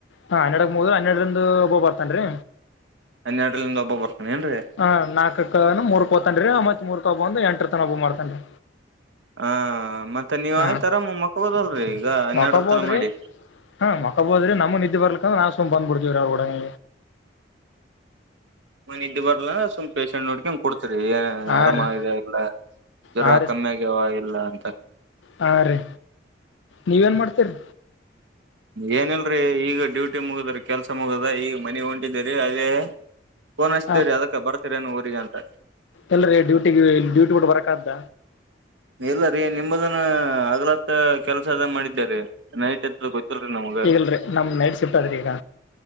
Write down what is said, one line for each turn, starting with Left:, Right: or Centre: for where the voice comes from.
Left: ಹಾ ಹನ್ನೆಡಕ್ ಮುದ್ ಹನ್ನೆರಡರಿಂದ ಒಬ್ಬ ಬರ್ತನ್ರೀ.
Right: ಹನ್ನೆರಡ್ಲಿಂದ ಒಬ್ಬ ಬರ್ತಾನ ಏನ್ರಿ.
Left: ಹಾ ನಾಲ್ಕ ಮೂರ್ಕ ಹೋತಾನ್ರಿ ಮತ್ತ ಮೂರ್ಖ ಬಂದ ಎಂಟರ ತನ ಓಬ್ಬ ಮಾಡತನ್ರೀ.
Right: ಹ ಮತ್ತ ನೀವ
Left: ಹಾ
Right: ಆಯ್ತರಮ್ಮ ಮಕ್ಕಬೊದಲ್ರರಿ ಈಗ ಹನ್ನೆರಡರ
Left: ಮಕ್ಕೊಬೋದ್ರಿ
Right: ತನ ಮಾಡಿ
Left: ಹಾ ಮಕ್ಕೋಬೋದ್ರಿ ನಮ್ಮ ನಿದ್ದಿ ಬರ್ಲಿಕ್ಕ ಅಂದ್ರ ನಾವ ಸುಮ್ಮ ಬಂದ ಬಿಡ್ತೀವರಿ ಅವ್ರ ಗುಡನೆ
Right: ಮನೆ ಇದ್ದ ಬರ್ಲ್ಲ ಸುಮ್ಮ ಪೇಶೆಂಟ್ ನೋಡ್ಕ ಹಂಗ ಕೊಡ್ತರಿ
Left: ಹಾ
Right: ಆರಾಮ
Left: ರೀ
Right: ಆಗಿದೆ ಇಲ್ಲ ಜ್ವರ
Left: ಹಾ
Right: ಕಮ್ಮಿ ಆಗ್ಯಾವ ಇಲ್ಲ ಅಂತ
Left: ಹಾಂ ರೀ ನೀವೇನ ಮಾಡ್ತೀರಿ.
Right: ಏನಲ್ರಿ ಈಗ ಡ್ಯೂಟಿ ಮುಗದ್ರ ಕೆಲ್ಸ ಮುಗದ ಈಗ ಮನಿ ಹೊಂಟಿದಿರಿ ಅದೇ ಫೋನ್ ಹಚ್ತಿದೇರಿ
Left: ಹಾ
Right: ಅದಕ್ಕ ಬರ್ತಿರೇನ ಊರಿಗೆ ಅಂತ
Left: ಎಲ್ರಿ ಡ್ಯೂಟಿಗ ಡ್ಯೂಟಿ ಬಿಟ್ಟ ಬರಕ ಅತ್ತ
Right: ಇಲ್ಲ ರೀ ನಿಮ್ಮದನ ಆಗ್ಲ ಕೆಲ್ಸ ಅದ ಮಾಡಿದ ರ ನೈಟದ್ದ ಗೊತ್ತಿಲ್ರಿ ನಮ್ಗ
Left: ಇಲ್ರಿ ನಮ್ಮ ನೈಟ್ ಶಿಫ್ಟ್ ಆದರೀ ಈಗ